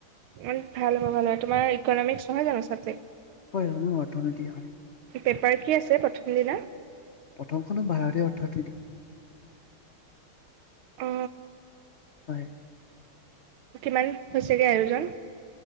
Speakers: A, on the right (about 85°); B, on the left (about 55°).
A: ইমান ভাল হ'ব ভাল হব তোমাৰ ইকনমিক্স নহয় জানো চাবজেক্ট?
B: হয় সময় অৰ্থনীতি হয়।
A: পেপাৰ কি আছে প্ৰথম দিনা?
B: প্ৰথমখনো ভাৰতীয় অৰ্থনীতি।
A: অ।
B: হয়।
A: কিমান হৈছেগে আয়োজন?